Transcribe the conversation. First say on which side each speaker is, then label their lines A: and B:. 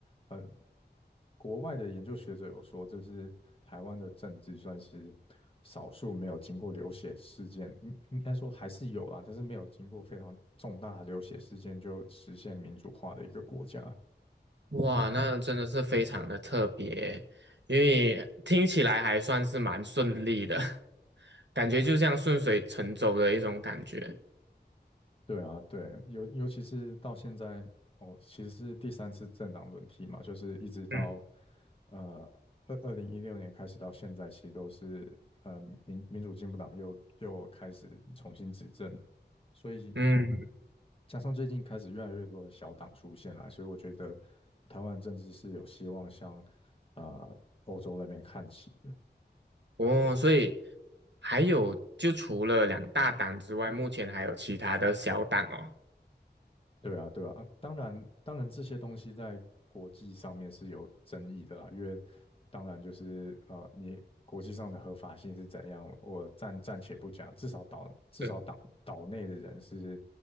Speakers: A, on the left (about 30°); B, on the right (about 80°).
A: 嗯、国外的研究学者有说，就是台湾的政治算是少数没有经过流血事件，应应该说还是有啊，但是没有经过非常重大的流血事件就实现民主化的一个国家。
B: 哇，那真的是非常的特别，因为听起来还算是蛮顺利的，<laughs> 感觉就像顺水成舟的一种感觉。
A: 对啊，对，尤尤其是到现在，哦，其实是第三次政党轮替嘛，就是一直到
B: 嗯，
A: 呃二二零一六年开始到现在，其实都是呃民民主进步党又又开始重新执政，所以
B: 嗯，
A: 加上最近开始越来越多的小党出现了，所以我觉得台湾的政治是有希望向啊、呃欧洲那边看齐。
B: 哦，所以还有就除了两大档之外，目前还有其他的小档哦。
A: 对啊，对啊，啊当然，当然，这些东西在国际上面是有争议的啦，因为当然就是呃，你国际上的合法性是怎样，我暂暂且不讲，至少岛至少岛岛内的人是
B: 嗯